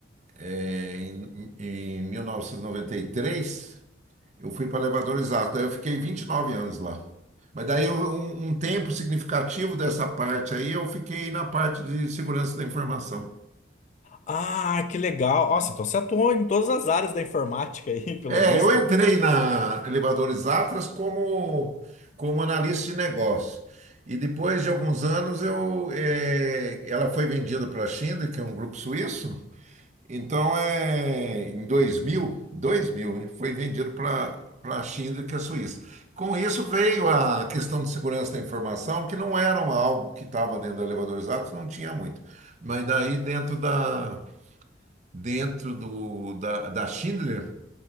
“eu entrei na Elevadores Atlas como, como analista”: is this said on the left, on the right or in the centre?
Right